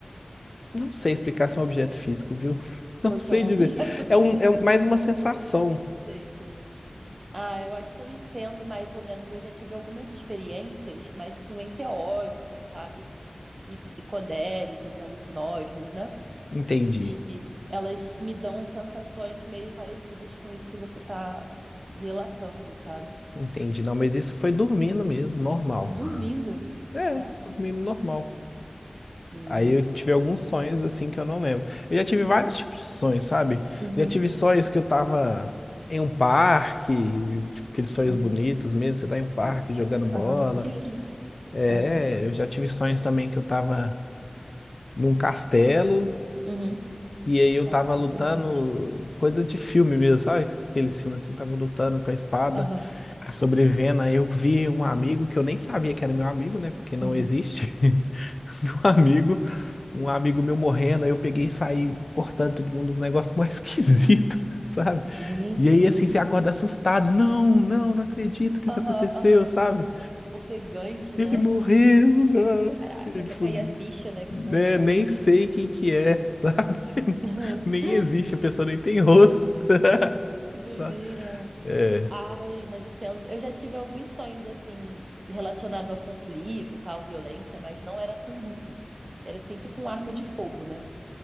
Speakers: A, on the left; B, on the right.
A: Não sei explicar se é um objeto físico, viu? <laughs> Não
B: Ou
A: sei
B: se é um
A: dizer.
B: <laughs> objeto abstrato,
A: É, um, é um- mais uma sensação.
B: sei, sei. Ah, eu acho que eu entendo mais ou menos. Eu já tive algumas experiências, mas com enteógenos, sabe? E psicodélicos, alucinógenos, né?
A: Entendi.
B: E elas me dão sensações meio parecidas com isso que você tá relatando, sabe?
A: Entendi. Não, mas isso foi dormindo mesmo, normal.
B: Dormindo?
A: <laughs> É,
B: Caraca.
A: dormindo normal.
B: Hum.
A: Aí eu tive alguns sonhos assim que eu não lembro. Eu já tive vários tipos de sonhos, sabe?
B: Uhum,
A: Já tive sonhos que eu tava em um parque, tipo aqueles sonhos
B: uhum,
A: bonitos mesmo, você tá em um parque
B: sim.
A: jogando bola.
B: Aham, que lindo.
A: É,
B: Aham,
A: eu já tive sonhos também que eu tava num castelo.
B: uhum.
A: E aí eu
B: Ah,
A: tava
B: isso
A: lutando,
B: é inteligente.
A: coisa de filme mesmo, sabe? Aqueles filmes assim, tava lutando com a espada,
B: Aham,
A: sobrevivendo. Aí eu vi um amigo que eu nem sabia que era meu amigo, né? Porque não
B: uhum.
A: existe. <laughs> Vi um amigo, um amigo meu morrendo, aí eu peguei e saí cortando todo mundo uns negócios mais <laughs> esquisitos. Sabe?
B: Gente,
A: E
B: que
A: aí,
B: doideira.
A: assim, você acorda assustado. Não, não, não acredito que
B: Aham,
A: isso aconteceu,
B: aham.
A: sabe?
B: Ofegante,
A: Ele
B: né?
A: morreu. ah.
B: Caraca,
A: E, tipo,
B: até cair a ficha, né? Que
A: né,
B: é só um sonho.
A: nem sei quem que é, sabe? <laughs>
B: <laughs>
A: Nem existe, a pessoa nem tem rosto. <laughs>
B: Que doideira.
A: Sabe? É.
B: Ai, mas é tenso. Eu já tive alguns sonhos, assim, relacionado a conflito e tal, violência, mas não era com luta. Era sempre com arma de fogo, né?